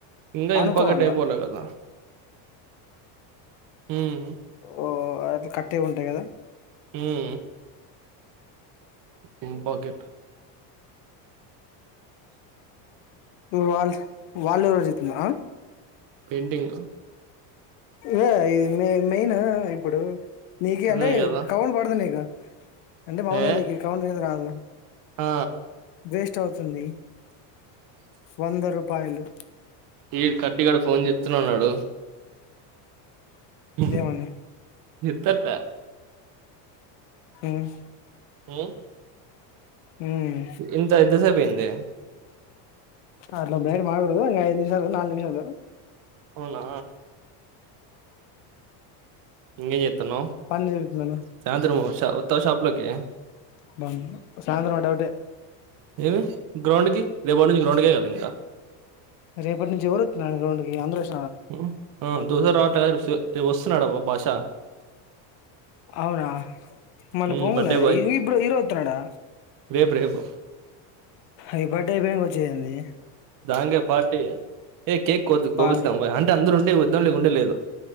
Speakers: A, on the right; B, on the left.
A: ఇంకా
B: అనుకోవాల
A: ఇంపాగా టైంపోల కదా ఉమ్
B: ఓ అట్లా కట్టేవి ఉంటాయి కదా
A: ఉమ్ ఎమ్ పాకెట్
B: వాళ్ళ వాళ్ళు ఎవరో చేతున్నారా
A: పెయింటింగ్
B: ఇదే ఈ మెయిన్ ఇప్పుడు నీకే
A: అదే
B: అంటే
A: కదా
B: కౌంట్ పడదు నీకు అంటే మాములుగానికి
A: ఏ
B: కౌంట్ అయితే రాదు
A: ఆ
B: వేస్ట్ అవుతుంది వంద రూపాయలు
A: ఈ కట్టిగాడు ఫోన్ చేతున్నే ఉన్నాడు ఉమ్
B: ఏమని
A: ఎత్తట్ల
B: ఉమ్
A: హుమ్
B: ఉమ్
A: ఇంత ఇంత సేపేంది
B: అట్లా బయటా మాటడుకుడుదు ఐదు నిమిషాలు నాలుగు నిమిషాలు
A: అవునా ఇంగేం చెతన్నావ్
B: పని చెబుతున్నాను
A: సాయంత్రం వర్ష వత్తావా షాప్ లోకి
B: బా సాయంత్రం మా డౌటే
A: ఏమి గ్రౌండ్ కి రేపటి నుంచి గ్రౌండ్ కె కదా ఇంకా
B: రేపటి నుంచి ఎవారు వతున్నారు గ్రౌండ్ అందరు వచ్చి
A: ఉమ్ దోస రావట్లే వా వస్తున్నాడబ్బ భాష
B: అవునా మళ్ళీ
A: ఉమ్
B: పోములే
A: బర్త్డే బాయ్
B: ఇప్పుడు హీరో అవుతున్నాడా
A: రేపు రేపు
B: ఐ బర్డే అయిపోనాక వచ్చేదేంది
A: దాంగే పార్టీ ఏ కేక్ కోద్
B: పా
A: కోపిస్తాం అంటే అందరు ఉంటే కొద్దాం లేకుంటే లేదు